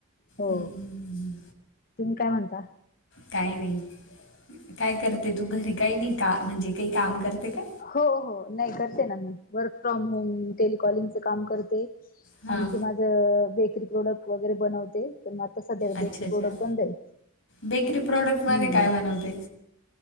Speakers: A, on the left; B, on the left.
A: हो
B: हम्म,
A: तुम्ही काय म्हणता
B: काय नाही काय करते तू घरी काही नाही का म्हणजे काही काम करते का
A: हो हो नाही करते ना मी वर्क फ्रॉम होम टेलिकॉलिंगच काम करते
B: हा
A: आणखी माझ बेकरी प्रोडक्ट वगैरे बनवते तर मग आता सध्या
B: अच्छा
A: बेटरी
B: अच्छा
A: प्रोडक्ट बंदई
B: बेकरी प्रोडक्टमध्ये
A: हम्म
B: काय बनवते